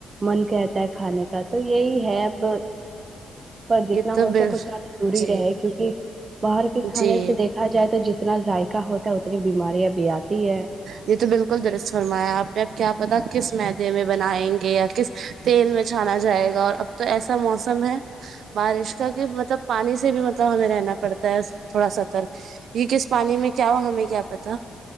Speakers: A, on the right (about 35°); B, on the right (about 75°).
A: من کہتا ہے کھانے کا تو یہی ہے اب پر جتنا
B: یہ تو
A: ہو سکے
B: بال-
A: اتنا تو دوری
B: جی
A: رہے کیونکہ باہر کے کھانے
B: جی
A: سے دیک دیکھا جائے تو جتنا ذائقہ ہوتا ہے اتنی بیماریاں بھی آتی ہے
B: یہی تو بالکل درست فرمایا آپ نے کیا پتا کس میدے میں بنائیں گے یا کس تیل میں چھانا جائے گا اور اب تو ایسا موسم ہے بارش کا کہ مطلب پانی سے بھی مطلب ہمیں رہنا پڑتا ہے تھوڑا سترک یہ کس پانی میں کیا ہو ہمیں کیا پتا